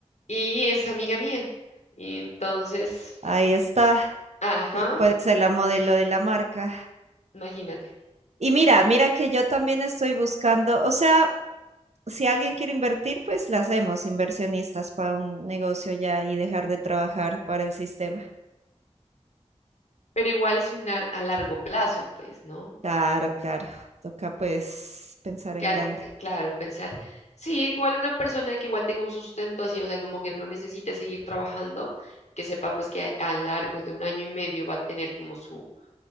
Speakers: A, on the left; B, on the right.
A: Y es amiga mía. Y entonces,
B: ahí
A: pues,
B: está.
A: ajá,
B: Ella puede ser la modelo de la marca.
A: imagínate.
B: Y mira, mira que yo también estoy buscando, o sea... si alguien quiere invertir, pues la hacemos inversionistas para un negocio ya y dejar de trabajar para el sistema.
A: pero igual es una a largo plazo, pues, ¿no?
B: Claro, claro. Toca pues pensar en
A: Que, a-
B: grande.
A: claro, pensar, sí, igual una persona que igual tenga un sustento así, o sea, como que no necesite seguir trabajando, que sepa pues que a, a largo de un año y medio va a tener como su,